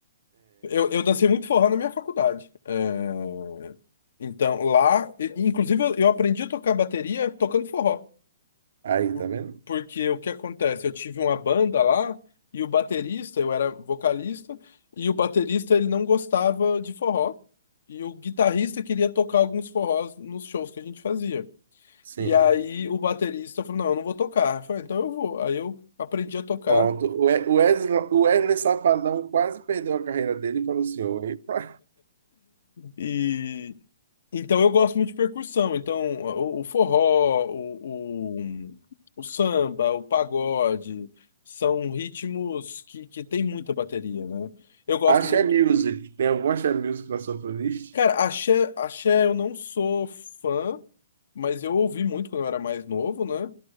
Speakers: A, on the left; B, on the right.
A: Eu, eu dancei muito forró na minha faculdade. É, então, lá, e- inclusive, eu eu aprendi a tocar bateria tocando forró.
B: Aí,
A: Por-
B: tá vendo?
A: Porque o que acontece? Eu tive uma banda lá e o baterista, eu era vocalista, e o baterista ele não gostava de forró. E o guitarrista queria tocar alguns forrós nos shows que a gente fazia.
B: Sim.
A: E aí o baterista falou: Não, eu não vou tocar. Eu falei: Então eu vou. Aí eu aprendi a tocar.
B: Pronto. O We- o Wesley, o Wesley Safadão quase perdeu a carreira dele para o senhor. hein? <laughs>
A: E então eu gosto muito de percussão. Então o, o forró, o, o, o samba, o pagode são ritmos que, que tem muita bateria, né? Eu gosto
B: Axé
A: muito
B: Music. Tem algum Axé Music na sua playlist?
A: Cara, axé, axé eu não sou fã, mas eu ouvi muito quando eu era mais novo, né?